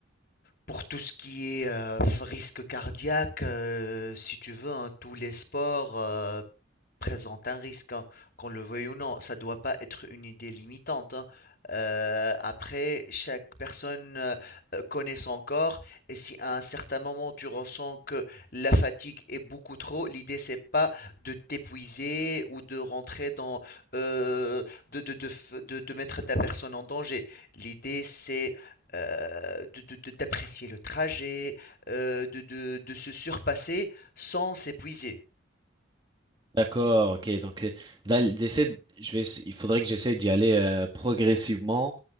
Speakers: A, on the left; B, on the right.
A: pour tout ce qui est, heu, risque cardiaque, heu, si tu veux, hein, tous les sports, heu présente un risque, hein, qu'on le veuille ou non. Ça doit pas être une idée limitante. hein. Euh, après, chaque personne euh, euh, connaît son corps et si à un certain moment tu ressens que la fatigue est beaucoup trop, l'idée c'est pas de t'épuiser ou de rentrer dans, euh, de, de, de, f- de- de mettre ta personne en danger. L'idée c'est euh, de, de- de- d'apprécier le trajet, euh, de, de, de se surpasser sans s'épuiser.
B: D'accord, ok. Donc, euh, là, j'essaie, je vais, essa- il faudrait que j'essaie d'y aller euh, progressivement,